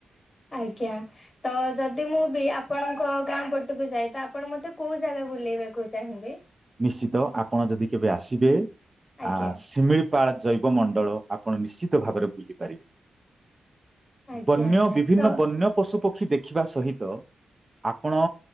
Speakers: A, on the left (about 40°); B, on the right (about 25°).
A: ଆଜ୍ଞା। ତ ଯଦି ମୁଁ ବି ଆପଣଙ୍କ ଗାଁ ପଟକୁ ଯାଏ ତ ଆପଣ ମତେ କୋଉ ଜାଗା ବୁଲେଇବାକୁ ଚାହିଁବେ।
B: ନିଶ୍ଚିତ ଆପଣ ଯଦି କେବେ ଆସିବେ
A: ଆଜ୍ଞା
B: ଆ ଶିମିଳ ପାଳ ଜୈବ ମଣ୍ଡଳ ଆପଣ ନିଶ୍ଚିତ ଭାବରେ ବୁଲିପାରିବେ।
A: ଆଜ୍ଞା
B: ବନ୍ୟ ବିଭିନ୍ନ
A: ତ
B: ବନ୍ୟ ପଶୁ ପକ୍ଷୀ ଦେଖିବା ସହିତ ଆପଣ